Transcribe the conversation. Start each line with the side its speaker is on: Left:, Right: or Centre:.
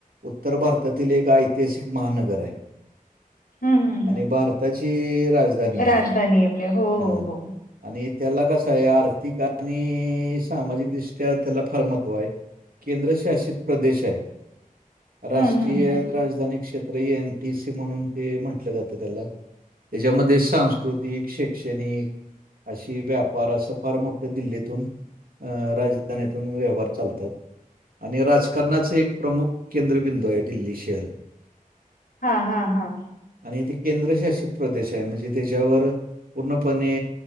Right: उत्तर भार तील एक ऐतिहासिक महानगर आहे.
Left: हम्म हम्म
Right: आणि
Left: हम्म
Right: भारताची राजधानी आहे
Left: राजधानी
Right: ती
Left: आपले हो
Right: हं.
Left: हो हो
Right: आणि त्याला कसाय आर्थिक आणि सामाजिक दृष्टी त्या, त्याला फार महत्व हाय. केंद्रशासित प्रदेश हाय राष
Left: हम्म हम्म हम्म
Right: राजधानी क्षेत्र एनटीसी म्हणून ते म्हटलं जातं त्याला त्याच्यामध्ये सांस्कृतिक, शैक्षणिक. अशी व्यापार असं फार मोठं दिल्लीतून हं राजधानीतून व्यवहार चालतात. आणि राजकारणाच एक प्रमुख केंद्रबिंदू आहे दिल्ली शहर
Left: हा हा हा
Right: आणि तेे केंद्रशासित प्रदेश हाय म्हणजे त्याच्यावर पूर्णपणे